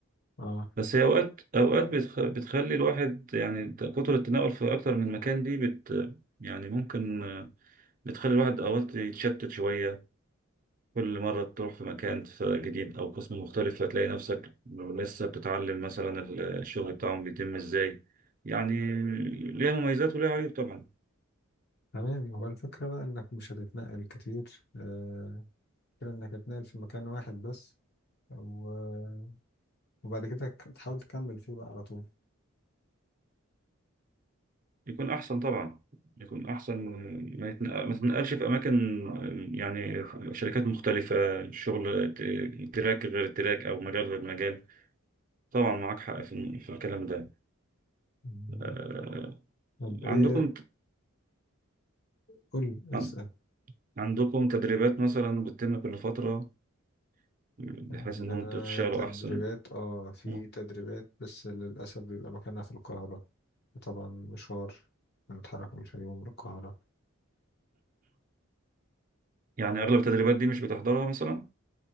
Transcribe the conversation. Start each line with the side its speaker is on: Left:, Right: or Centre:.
Left: اه
Right: بس هي أوقات أوقات بتخ... بتخلي الواحد يعني كتر التنقل في أكتر من مكان دي بت... يعني ممكن آه، بتخلي الواحد أوقات يتشتت شوية كل مرة تروح في مكان ف- جديد أو قسم مختلف هتلاقي نفسك لسه بتتعلم مثلا ال- الشغل بتاعهم بيتم إزاي يعني ليها مميزات وليها عيوب طبعا
Left: تمام هو الفكرة بقى إنك مش هتتنقل كتير آه، الفكرة إنك هتتنقل في مكان واحد بس و- وبعد كده ك- تحاول تكمل فيه بقى على طول
Right: يكون احسن طبعا يكون احسن ما يتن- ما تنقلش في اماكن يعني شركات مختلفه شغل ت- تراك غير التراك او مجال غير مجال طبعا معاك حق في في الكلام ده
Left: مم.
Right: آه،
Left: طب
Right: عندكم
Left: إيه إيه قول اسأل
Right: عن- عندكم تدريبات مثلا بتتم كل فتره بحيث
Left: عندنا
Right: ان انتوا تشتغلوا
Left: تدريبات
Right: احسن
Left: اه في
Right: مم.
Left: تدريبات بس للأسف بيبقى مكانها في القاهرة طبعا مشوار نتحرك من الفيوم للقاهرة
Right: يعني اغلب التدريبات دي مش بتحضرها مثلا